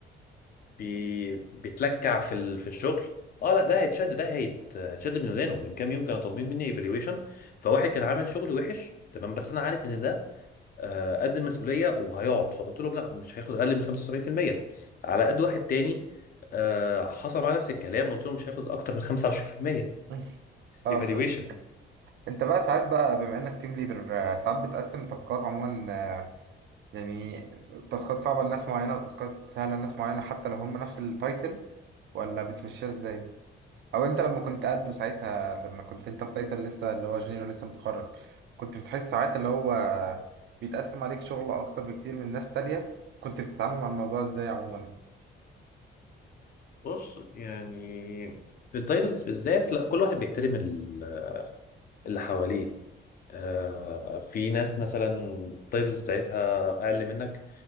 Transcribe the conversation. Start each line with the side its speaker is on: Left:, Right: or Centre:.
Left: بي... بيتلكع في ال... في الشغل اه لا ده هيتشد ده هيت... هيتشد من ودانه من كام يوم كانوا طالبين مني ايفالويشن فواحد كان عامل شغل وحش تمام بس انا عارف ان ده آه، قد المسؤوليه وهيقعد فقلت لهم لا مش هياخد اقل من 75% على قد واحد تاني آه، حصل معاه نفس الكلام قلت له مش هياخد اكتر من 25%
Right: <laughs> اه
Left: ايفالويشن
Right: فهمت انت بقى ساعات بقى بما انك تيم ليدر ساعات بتقسم تاسكات عموما آه، يعني تاسكات صعبة لناس معينة وتاسكات سهلة لناس معينة حتى لو هم نفس التايتل ولا بتمشيها ازاي؟ او انت لما كنت قده ساعتها لما كنت انت في تايتل لسه اللي هو جونيور لسه متخرج كنت بتحس ساعات اللي هو بيتقسم عليك شغل اكتر بكتير من ناس تانية كنت بتتعامل مع الموضوع ازاي عموما
Left: بص يعني في التايتلز بالذات لا كل واحد بيحترم ال- اللي حواليه آه، في ناس مثلا التايتلز بتاعتها اقل منك